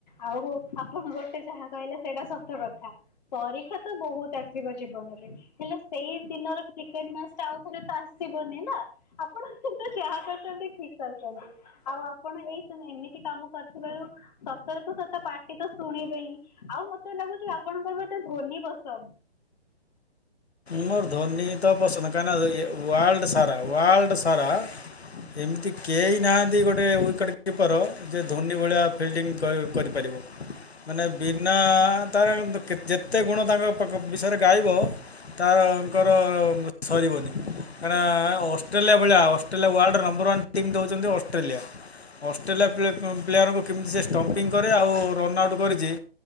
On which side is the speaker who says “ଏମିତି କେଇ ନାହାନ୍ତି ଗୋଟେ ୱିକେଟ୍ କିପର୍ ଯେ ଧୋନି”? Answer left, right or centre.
Left